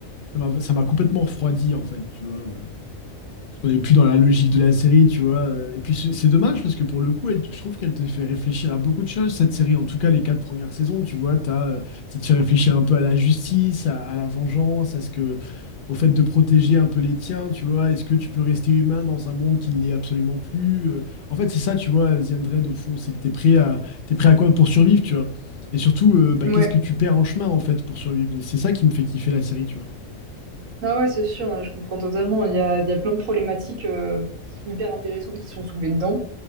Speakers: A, on the left; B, on the right.
A: ça m'a ça m'a complètement refroidi en fait, tu vois. euh. Parce qu'on n'est plus dans la logique de la série, tu vois. euh, Et puis c'est c'est dommage parce que pour le coup, elle, te- je trouve qu'elle te fait réfléchir à beaucoup de choses, cette série, en tout cas les quatre premières saisons, tu vois, t'as, euh, ça te fait réfléchir un peu à la justice, à, à la vengeance, à ce que, au fait de protéger un peu les tiens, tu vois, est-ce que tu peux rester humain dans un monde qui ne l'est absolument plus? euh. En fait, c'est ça, tu vois, The Undead, au fond, c'est que t'es prêt à, t'es prêt à quoi pour survivre, tu vois. Et surtout, euh, bah,
B: ouais.
A: qu'est-ce que tu perds en chemin, en fait, pour survivre? Et C'est ça qui me fait kiffer la série, tu vois.
B: Ah ouais, c'est sûr, hein, je comprends totalement. Il y a, il y a plein de problématiques euh, hyper intéressantes qui sont soulevées dedans.